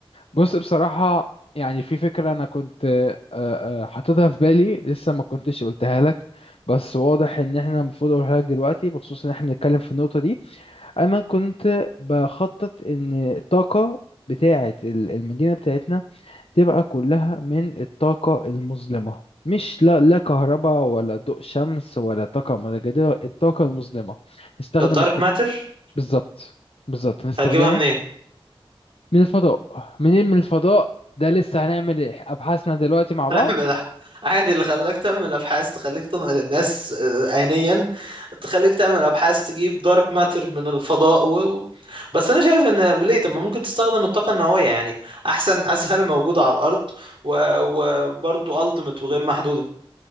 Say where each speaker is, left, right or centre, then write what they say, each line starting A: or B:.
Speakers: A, on the left; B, on the right.
A: بص بصراحة يعني في فكرة أنا كنت آه، آه، حاططها في بالي لسه ما كنتش قلتها لك بس واضح إن إحنا المفروض أقولها لك دلوقتي بخصوص إن إحنا بنتكلم في النقطة دي أنا كنت بخطط إن الطاقة بتاعة المدينة بتاعتنا تبقى كلها من الطاقة المظلمة مش لا لا كهرباء ولا ضوء شمس ولا طاقة متجددة الطاقة المظلمة نستخدم
B: الدارك
A: الط...
B: ماتر
A: بالظبط بالظبط نستخدمها
B: هتجيبها منين؟
A: من الفضاء منين من الفضاء ده لسه هنعمل إيه؟ أبحاثنا دلوقتي مع
B: <laughs>
A: بعض
B: اعمل عادي اللي خلاك تعمل ابحاث تخليك تنقل الناس آه، آنيا تخليك تعمل ابحاث تجيب دارك ماتر من الفضاء و... و- بس انا شايف ان ليه طب ما ممكن تستخدم الطاقة النووية يعني احسن اسهل موجودة على الارض و... وبرضه التيمت وغير محدودة